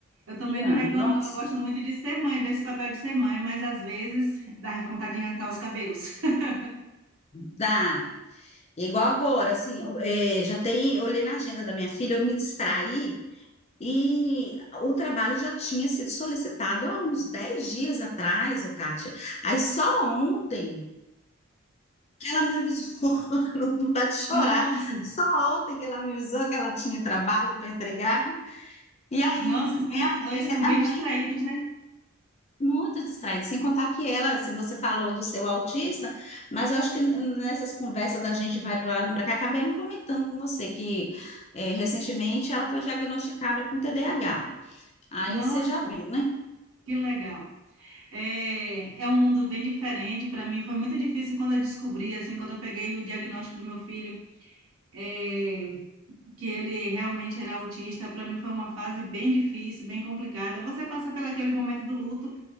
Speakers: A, on the right; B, on the left.
A: Eu também
B: Não,
A: não reclamo,
B: nossa,
A: não. Eu gosto muito de ser mãe, desse papel de ser mãe, mas às vezes dá vontade de arrancar os cabelos. <laughs>
B: dá. Igual agora, assim, é, já tem, eu olhei na agenda da minha filha, eu me distraí e o trabalho já tinha sido solicitado há uns 10 dias atrás, ô Kátia. Aí só ontem. que ela me avisou, <laughs> não dá de chorar.
A: Nossa,
B: Só ontem que ela me avisou que ela tinha trabalho para entregar. E aí,
A: nossos meninos
B: é, a-
A: hoje são
B: é a
A: bem
B: mãe
A: distraídos, né?
B: muito distraída, sem contar que ela, assim, você falou do seu autista, mas eu acho que nessas conversas da gente vai para lá vem para cá, acabei não comentando com você que é, recentemente ela foi diagnosticada com TDAH. Aí
A: Nossa,
B: você já viu, né?
A: que legal. É, é um mundo bem diferente. Para mim foi muito difícil quando eu descobri, assim, quando eu peguei o diagnóstico do meu filho, é, que ele realmente era autista. Para mim foi uma fase bem difícil, bem complicada. Você passa pelo aquele momento do luto,